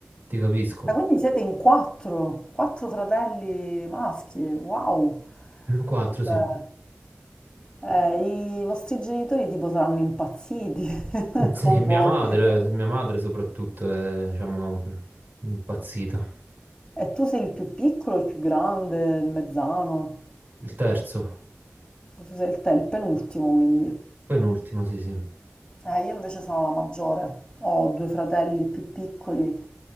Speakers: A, on the right; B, on the left.
A: ti capisco.
B: Ah, quindi siete in quattro, quattro fratelli maschi, wow.
A: Quattro, sì.
B: Cioè, eh, i vostri genitori tipo saranno impazziti <laughs>
A: <laughs> Sì,
B: con
A: mia
B: voi.
A: madre, mia madre soprattutto è, diciamo, impazzita.
B: E tu sei il più piccolo, il più grande, il mezzano.
A: Il terzo,
B: Tu sei il, te, il penultimo, quindi.
A: penultimo, sì, sì.
B: Eh, io invece sono la maggiore, ho due fratelli più piccoli,